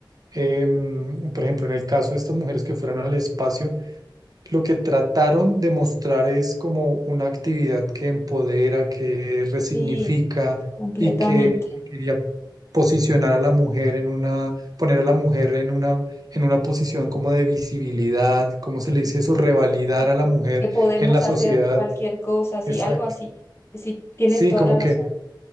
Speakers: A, on the right; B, on the left.
A: em, por ejemplo, en el caso de estas mujeres que fueron al espacio, lo que trataron de mostrar es como una actividad que empodera, que resignifica
B: Sí, completamente.
A: y que, que quería posicionar a la mujer en una, poner a la mujer en una, en una posición como de visibilidad, ¿cómo se le
B: Es
A: dice eso? Revalidar
B: Que
A: a la mujer
B: que podemos
A: en la
B: hacer
A: sociedad.
B: cualquier cosa, así,
A: Exacto.
B: algo así. Sí, tienes
A: Sí,
B: toda
A: como
B: la razón.
A: que